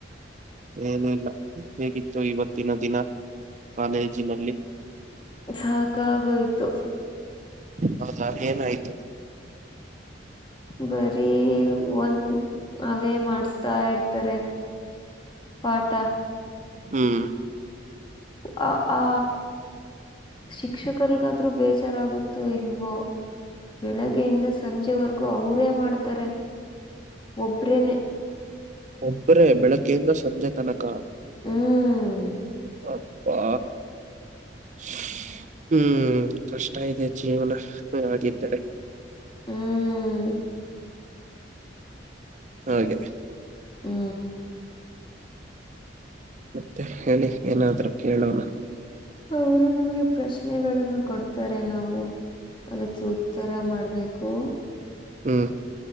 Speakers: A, on the right; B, on the left.
A: ಏನುೂ ಇಲ್ಲ ಹೇಗಿತ್ತು ಇವತ್ತಿನ ದಿನ ಕಾಲೇಜಿನಲ್ಲಿ
B: ಸಾಕಾಗೋಯ್ತು
A: ಹೌದಾ ಏನಾಯ್ತು
B: ಬರೀ ಒಂದ ಅವೇ ಮಾಡಸ್ತಾ ಇರ್ತಾರೆ ಪಾಟ
A: ಹ್ಮ್
B: ಅ ಆ ಶಿಕ್ಷಕರಿಗಾದ್ರೂ ಬೇ ಚಾರಾಗುತ್ತೋ ಇಲ್ವೋ ಬೆಳಗ್ಗೆಯಿಂದ ಸಂಜೆವರೆಗೂ ಅವರೇ ಮಾಡ್ತಾರೆ ಒಬ್ರೇನೆ
A: ಒಬ್ರೇ ಬೆಳಗ್ಗೆದ ಸಂಜೆ ತನಕ
B: ಹ್ಮ್
A: ಅಪ್ಪಾ ಹ್ಮ್ ಕಷ್ಟ ಇದೆ ಜೀವನ ಹ ಆಗಿದ್ದಿದ್ದಾರೆ
B: ಹ್ಮ್
A: ಹಾಗೆ
B: ಹ್ಮ
A: ಮತ್ತೆ ಹೇಳಿ ಏನಾದ್ರೂ ಕೇಳೋಣ
B: ಅವರು ನಮಗೆ ಪ್ರಶ್ನೆಗಳನ್ನು ಕೊಡ್ತಾರೆ ನಾವು ಅದಕ್ಕೆ ಉತ್ತರ ಮಾಡ್ಬೇಕು
A: ಹ್ಮ್